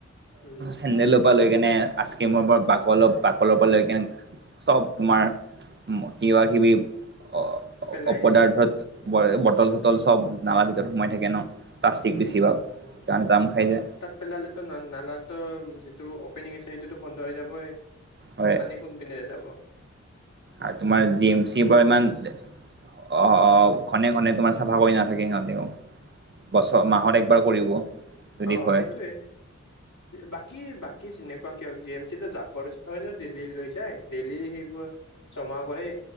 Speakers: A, on the left; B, on the right.
A: উম
B: চেন্দেলৰ পৰা লৈ কেনে আইচ ক্ৰীমৰ পৰা বাকলৰ বাকলৰ পৰা লৈ কেনে চব তোমাৰ কিবা কিবি অ
A: পেলাই
B: অপদাৰ্থত
A: দিয়ে তাত উম
B: বটল চটল চব নালাত ভিতৰত সোমাই থাকে ন। প্লাষ্টিক
A: সেই
B: বেছিভাগ সেইকাৰণে যাম খাই যায়।
A: পেলালেটো নালাটো যিটো অপেনিং আছে সেইটো টো বন্ধ হৈ যাবই।
B: হয়
A: পানী কোনপিনে যাব?
B: আৰু তোমাৰ জি এম চিৰ পৰা ইমান অঁ অঁ ঘনে ঘনে তোমাৰ চাফা কৰি নাথাকে সিহঁতেও। বছৰ মাহত একবাৰ কৰিব। যদি
A: অঁ
B: হয়
A: সেইটোৱে। বাকী বাকী যেনেকুৱা কিয় জি এম চি যাবৰ যুথই দেইলি লৈ যায়। দেইলি সেইবোৰ জমা কৰে